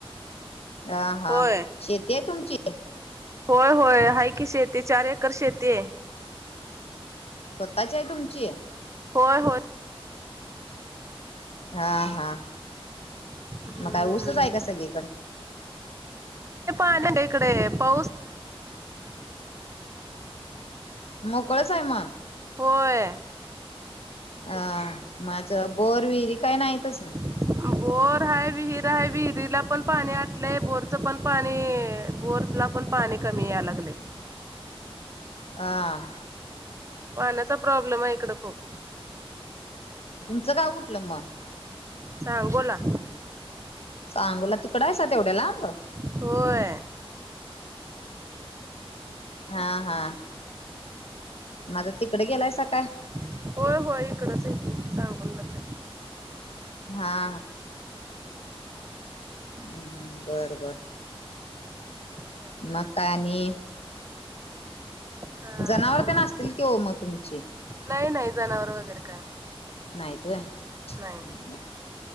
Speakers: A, on the left; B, on the right.
A: <unintelligible>
B: होय होय होय हा की शेती चार एकर शेती आहे
A: स्वतःची आहे तुमची
B: होय होय
A: हा हा
B: हम्म
A: मग काय ऊसच आहे का सगळीकडे
B: पाणी इकडे पा
A: मोकळच आहे मग
B: होय
A: अ माझं बोर विरी काय नाहीतच ना
B: बोर हा विहिर ह विहिरीला पण पाणी आटलंय बोरच पण पाणी बोरला पण पाणी कमी या लागले
A: हह
B: पाण्याचा प्रॉब्लेम आहे इकडं खूप
A: तुमचं गाव कुठलं मग
B: सांगोला
A: सांबोला तिकड आहेस तेवढ्याला अंब
B: होय
A: हा हा माझा तिकडे गेलायचा काय
B: हो हो इकडंच आहेी सांगच
A: हा ह् बरं बरं
B: काय चाललंय
A: मकानी
B: मग काही
A: जनावर ते ना असतील की हो मग तुमची
B: नाही नाही जनावर वगैरे काय नाही
A: यत
B: नाही
A: हम्
B: नाही